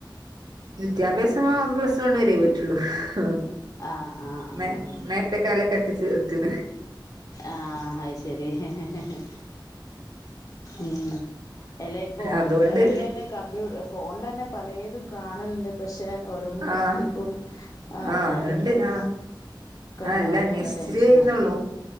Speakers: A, on the right; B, on the left.
A: വിദ്യാഭ്യാസം ആഹ് പ്ലസ്സ് വണ്ണ് വരേ പോയിട്ടുള്ളൂ. ആഹ്
B: ആഹ് ആഹ് ആഹ്
A: മെ മെരത്തെക്കാലെ കെട്ടിച്ച് വിട്ടിയതെ
B: ആഹ് ആഹ് അത് ശരി ഹെ ഹെ ഹെ ഉം എല ഇപ്പൊ
A: അതുകൊണ്ട്
B: ഓൺലൈ ലെ. കമ്പ്യൂ ഫോണിലന്നെ പലേതും കാണലുണ്ട് പക്ഷെ ഓരോന്ന് തട്ടിപ്പും
A: ആഹ്
B: ആ
A: ആഹ്
B: കാര്യങ്ങളും
A: അതുണ്ട് ആഹ്
B: ക്കണ്ടാവു
A: ആഹ് എല്ലാം അന്വേഷിച്ചിട്ട്
B: ന്നുള്ള ടെൻഷനതും.
A: ചെയ്യുന്നുള്ളൂ